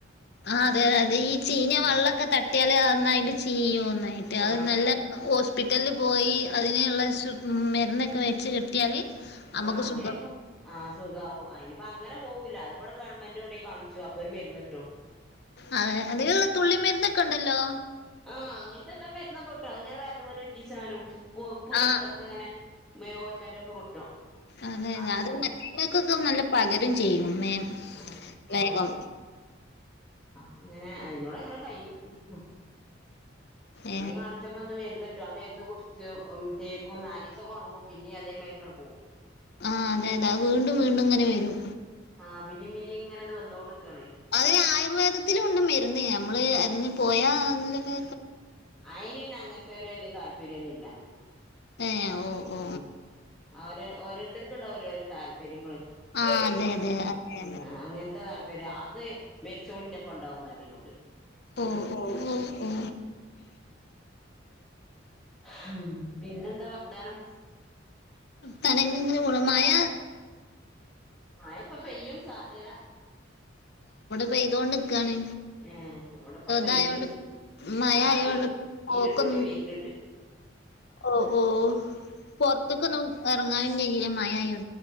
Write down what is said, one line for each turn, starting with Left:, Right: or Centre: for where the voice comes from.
Left: ആ അതെ അതെ അതെ ഈ ചീഞ്ഞ വെള്ളക്കെ തട്ട്യാല് ന്നായിട്ട് ചീയുന്ന്. ട്ട് അത്
Centre: ആ
Left: നല്ലോസ് പി റ്റലില് പോയി അതിനെയുള്ള സു മരുന്നൊക്കെ വെച്ച് കെട്ടിയാല്. നമുക്ക്
Centre: ആ അങ്ങനെയൊക്കെ
Left: സുഖം
Centre: ആ സുഖാവോ ആയിനു. പ്പ അങ്ങനെ പോവൂല അ ഇവിടെ ഗവൺമെന്റ എവടേ കാണിച്ചും അപൊര് മരുന്ന്ട്ടും.
Left: ആ അതിനുള്ള തുള്ളി മരുന്നൊക്കെ ഉണ്ടല്ലോ.
Centre: ആ അങ്ങനത്തെ എല്ലാ മെന്ന്ക്ട്ടോ അത്ങ്ങനെ വരല് ഉറ്റിച്ചാ പൊവ്പ്പു
Left: ആ
Centre: ളോട്‌ത്തക്കഅങ്ങനെ ഓൽ മെറ്റൊക്കെ കിട്ടും.
Left: അതെയതെ
Centre: അങ്ങനെ
Left: അത് മറ്റൾക്കൊക്കെ നല്ല പകരും മ്മേ
Centre: ആഹ്
Left: വേഗം.
Centre: ആഹ് അങ്ങനെ അയിനോട് അങ്ങനെ യ്യുംഅവ്‌ടിം
Left: ഏ
Centre: കാണിച്ച മെര്ന്ന്ട്ടും ആ മെര്ന്ന് കുടിച്ചു തേക്കും നാലീസൊകെ ഒണങ്ങും പിന്നീം അതേ മരി കൊക്കെ പോവും.
Left: ആ അതെ അതെ അ വീണ്ടും വീണ്ടും അങ്ങനെ വരും.
Centre: ആ പിന്നി പിന്നീം ഇങ്ങനെ ഇത് വന്നോണ്ട് ക്കാണേ
Left: അത ആയുർവേദത്തിലു ഉണ്ട് മരുന്ന് നമ്മള് അതിന് പോയാ അതിനൊര്
Centre: അയിന് ഇന് അങ്ങൻത്തെ ഒരു വലിയ താല്പര്യൊന്നില്ല
Left: ഏ ഓ ഓ
Centre: ഉം ഓര് ഓരോരുത്തർക്കുണ്ടാവല്ലോ ഓരോ താല്പര്യങ്ങള്.
Left: ആ അതെ അതെ
Centre: ആ
Left: അതെ അതെ
Centre: അങ്ങനത്തെ ത ര് അത് മെരിച്ചോളന്റെ പൊണ്ടാവുന്ന് അറിപ്പന്നോട്.
Left: ഓ
Centre: <inaudible>
Left: ഓ ഓ ഓ
Centre: ഹ് പിന്നെന്താ വർത്താനം.
Left: തലെ ഇങ്ങനെ ഗുണമായ
Centre: യപ്പൊ പ്പെയ്യും സാധ്യത.
Left: പെയ്തൊണ്ട് ഇക്കാണ്
Centre: ഏ ഇവിടെപ്പ പെയ്യും
Left: തായോണ്ട് മയആയോണ്ട്
Centre: ആകെ
Left: പോക്കൊന്നു
Centre: ഇരുടൂടി വരുന്നുണ്ട്
Left: <inaudible> ഓ ഓ പൊറത്തേക്ക് ഒന്ന എറങ്ങാനു കഴില്ല മഴ ആഴോണ്ട്